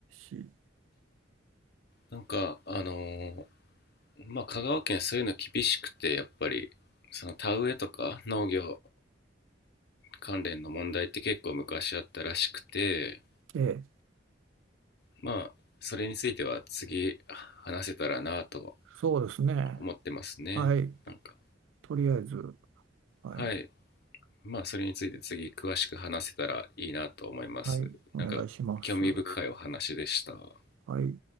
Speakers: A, on the right; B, on the left.
A: し、
B: なんか、あのーまあ、香川県そういうの厳しくて、やっぱり、その田植えとか農業関連の問題って結構昔あったらしくて、
A: ええ、
B: まあ、それについては次話せたらなと
A: そうですね
B: 思ってますね。
A: はい
B: なんか、
A: とりあえずはい、
B: はい。まあ、それについて次詳しく話せたらいいなと思います。
A: はい、お願いします。
B: なんか、興味深いお話でした。
A: はい